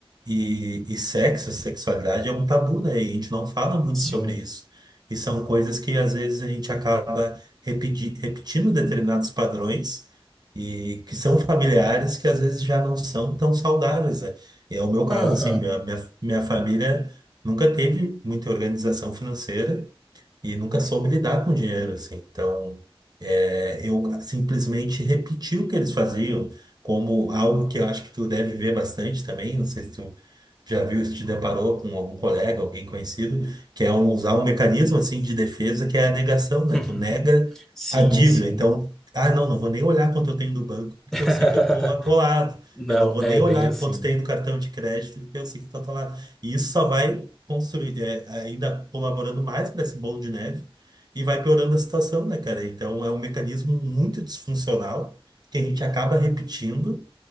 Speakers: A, on the right; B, in the centre.
A: E, e sexo, sexualidade é um tabu, né? E a gente não fala muito
B: sim.
A: sobre isso. E são coisas que às vezes a gente acaba repeti- repetindo determinados padrões e que são familiares que às vezes já não são tão saudáveis, né? É o meu caso,
B: Aham.
A: assim, minha, minha, minha família nunca teve muita organização financeira e nunca soube lidar com dinheiro, assim. Então, é, eu simplesmente repeti o que eles faziam, como algo que eu acho que tu deve ver bastante também. Não sei se tu já viu, se te deparou com algum colega, alguém conhecido, que é um- usar um mecanismo assim de defesa que é a negação,
B: <laughs>
A: né? Tu nega
B: Sim,
A: a dívida.
B: sim.
A: Então, ah, não, não vou nem olhar quanto eu tenho no banco, porque
B: <laughs>
A: eu sei que eu tô atolado.
B: Não,
A: Eu não vou
B: é
A: nem
B: bem
A: olhar
B: assim.
A: quanto tem no cartão de crédito, porque eu sei que eu tô atolado. E isso só vai construir, é, ainda colaborando mais para esse bolo de neve e vai piorando a situação, né, cara? Então é um mecanismo muito disfuncional que a gente acaba repetindo,